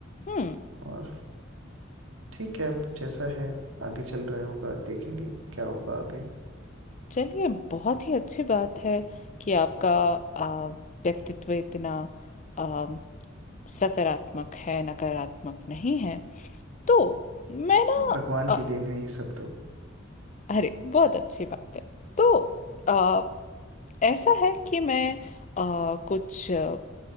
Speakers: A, on the left; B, on the right.
A: हम्म
B: और ठीक है अब जैसा है आगे चल रहा होगा देखेंगे क्या होगा आगे
A: चलिए बहुत ही अच्छी बात है कि आपका आ, व्यक्तित्व इतना आ, सकारात्मक है नकारात्मक नहीं है तो मैं ना
B: भगवान की देन है ये सब तो
A: अरे बहुत अच्छी बात है तो आ, ऐसा है कि मैं आ, कुछ अ,